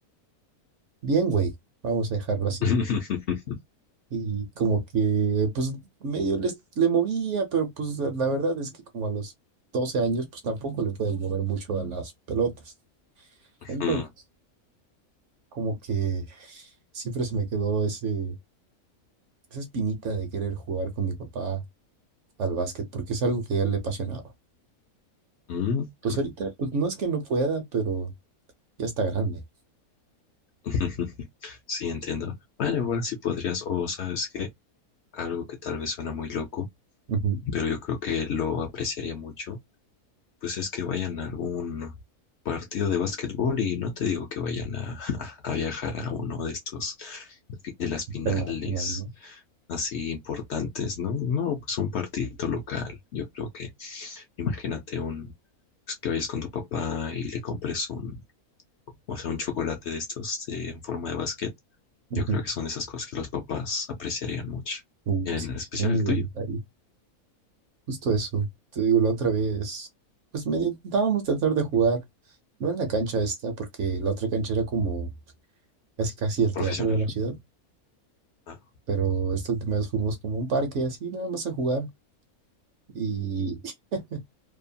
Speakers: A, on the right; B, on the left.
A: bien, güey. Vamos a dejarlo así.
B: <laughs>
A: Y como que, pues medio les, le movía, pero pues la la verdad es que como a los 12 años, pues tampoco le puedes mover mucho a las pelotas. Entonces,
B: Mm,
A: como que siempre se me quedó ese, esa espinita de querer jugar con mi papá al básquet, porque es algo que a él le apasionaba.
B: mm.
A: Pues ahorita, pues no es que no pueda, pero ya está grande.
B: <laughs> Sí, entiendo. Bueno, igual sí podrías, o sabes que algo que tal vez suena muy loco,
A: Ujú,
B: pero yo creo que lo apreciaría mucho, pues es que vayan a algún partido de básquetbol y no te digo que vayan a, <laughs> a viajar a uno de estos, de las
A: Internacional,
B: finales.
A: ¿no?
B: así importantes, ¿no? No, pues un partidito local. Yo creo que, imagínate un, pues que vayas con tu papá y le compres un, o sea, un chocolate de estos de- en forma de basquet.
A: Ujú,
B: Yo creo que son de esas cosas que los papás apreciarían mucho.
A: uh,
B: En
A: sí,
B: especial
A: sí, no, muy
B: el
A: buen
B: tuyo,
A: detalle. Justo eso. Te digo, la otra vez, pues medio intentábamos tratar de jugar, no en la cancha esta, porque la otra cancha era como casi casi el
B: profesional.
A: teatro de la ciudad,
B: Ah.
A: pero esta última vez fuimos como a un parque así, nada más a jugar. Y <laughs>